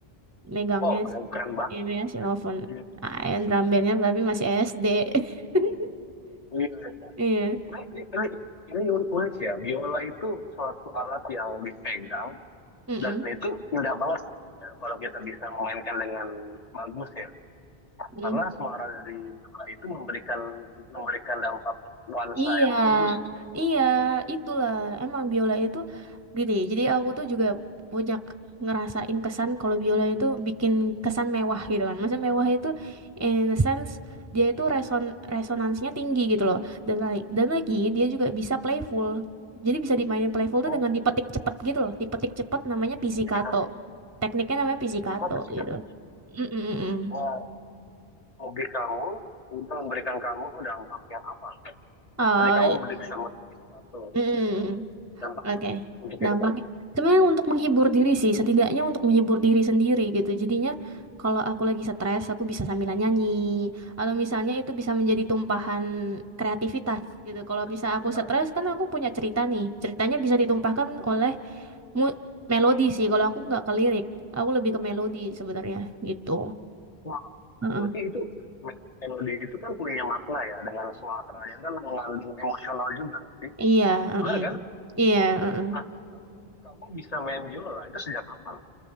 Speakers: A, on the right; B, on the left.
A: Megangnya
B: wow, keren, keren banget.
A: ya megang xylophone.
B: Iya,
A: Ah, drum bandnya tapi masih SD. <laughs>
B: iya. iya.
A: Iya.
B: Ini, ini, ini, ini, ini un- unik ya. Biola itu suatu alat yang dipegang
A: Mm-mm.
B: dan itu indah banget suaranya kalau kita bisa memainkan dengan bagus ya.
A: mm.
B: Karena suara dari biola itu memberikan memberikan dampak nuansa
A: Iya,
B: yang bagus.
A: iya, itulah. Emang biola itu gini. Jadi aku tuh juga punya k- ngerasain kesan kalau biola itu bikin kesan mewah gitu kan. Maksudnya mewah itu in a sense dia itu reson resonansinya tinggi gitu loh. Dan lagi, dan lagi dia juga bisa playful. Jadi bisa dimainin playful
B: Oh,
A: tuh dengan dipetik cepet gitu loh. Dipetik cepet namanya pizzicato.
B: iya, iya.
A: Tekniknya namanya pizzicato
B: Oh, fisikal.
A: gitu. Mm -mm. mm.
B: Nah, hobi kamu udah memberikan kamu dampak yang apa?
A: Eh,
B: Tadi kamu udah bisa motivasi si
A: mm.
B: gitu kan? Dampaknya
A: Oke,
B: apa untuk kehidupan
A: dampaknya
B: kamu?
A: sebenarnya untuk menghibur diri sih, setidaknya untuk menghibur diri sendiri gitu. Jadinya kalau aku lagi stres, aku bisa sambilan nyanyi atau misalnya itu bisa menjadi tumpahan kreativitas gitu. Kalau
B: Musik,
A: bisa aku
B: ya.
A: stres kan aku punya cerita nih, ceritanya bisa ditumpahkan oleh mu- melodi sih. Kalau aku nggak ke lirik, aku lebih ke melodi sebenarnya gitu.
B: Wah,
A: Heeh.
B: berarti itu men- melodi itu kan punya makna ya dengan suaranya kan mengandung emosional juga nggak sih?
A: Iya, heeh.
B: Benar kan?
A: Iya, heeh.
B: Nah, ka- kamu bisa main biola itu sejak kapan?